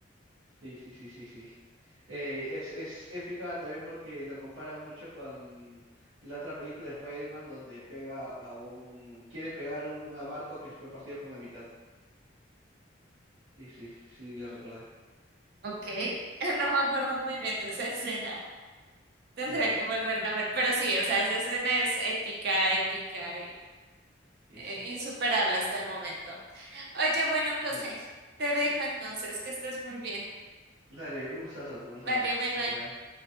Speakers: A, on the right; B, on the right.
A: Sí, sí, sí, sí, sí. Eh, es, es épica también porque lo comparan mucho con la otra película de Spider-Man donde pega a un... quiere pegar un a barco que fue partido por la mitad. Y sí, sí, ya recordé.
B: Ok, <laughs> no me acuerdo muy bien de esa escena. Tendría
A: Dale,
B: que volverla a ver. Pero sí, o sea, esa escena es épica, épica y
A: y
B: eh,
A: sí.
B: insuperable hasta el momento. Oye, bueno, José,
A: Dale,
B: te dejo entonces, que estés muy bien.
A: dale, un gustazo, conversamos.
B: Vale, bye
A: Bye
B: bye.
A: bye.